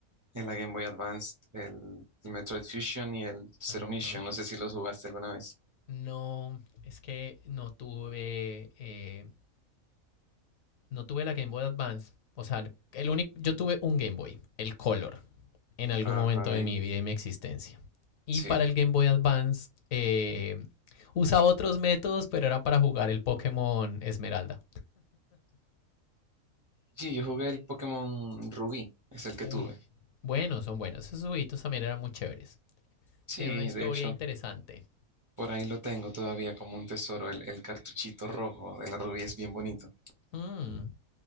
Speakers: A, on the right; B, on the left.
A: en la Game Boy Advance el, el Metroid Fusion y el Zero
B: Ajá.
A: Mission, no sé si los jugaste alguna vez.
B: No, es que no tuve, eh, no tuve la Game Boy Advance. O sea, el único, yo tuve un Game Boy, el Color, en algún
A: Ajá,
B: momento
A: bien,
B: de mi vida y mi existencia. Y
A: sí.
B: para el Game Boy Advance eh, usaba otros métodos, pero era para jugar el Pokémon Esmeralda.
A: Sí, yo jugué el Pokémon Rubí, es el que
B: Uy,
A: tuve.
B: buenos, son buenos. Esos jueguitos también eran muy chéveres.
A: Sí,
B: Tienen una historia
A: de hecho,
B: interesante.
A: por ahí lo tengo todavía como un tesoro, el, el cartuchito rojo de la Rubí es bien bonito.
B: Mm,